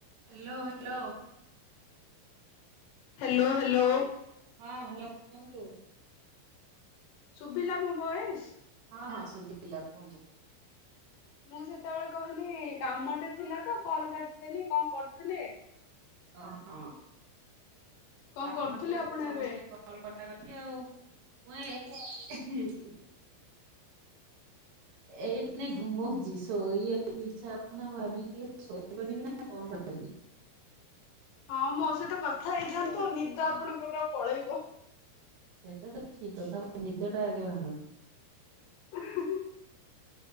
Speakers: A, on the right; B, on the left.
A: Hello hello.
B: Hello hello.
A: ହଁ ହ୍ୟାଲୋ କୁହନ୍ତୁ।
B: ଶୁଭିଲା ମୋ ବଏସ
A: ହଁ ହଁ ଶୁଭା କୁହନ୍ତୁ।
B: ମୁଁ ସେତେବେଳେ କହିଲି କାମଟେ ଥିଲା ତ କଲ କାଟିଦେଲି କଣ କରୁଥିଲେ।
A: ହ ହ ହଁ
B: କଣ
A: କାମ
B: କରୁଥିଲେ
A: ଥିଲେ
B: ଆପଣ
A: ସମସ୍ତେ
B: ଏବେ
A: କଲ୍ କରତା ଯାଅ। ହଁ <inaudible> ଏଇ ଘୁମ ଯ ସୋଇ ଇଚ୍ଛାଁ ଭାବିଲି ଟିକେ ସୋଇ ପାରିବି ନା କଣ କରିିବି।
B: ହଁ ମୋ ସହିତ କଥା ହେଇଯାଆନ୍ତୁ
A: ଆଉ।
B: ନିଦ ଆପଣଙ୍କର ପଳେଇବ।
A: ସେଇଟା ତ ଠିକ କଥା ନିଦ ଟା ଆଗେ ଭାଙ୍ଗନ୍ତୁ।
B: <inaudible>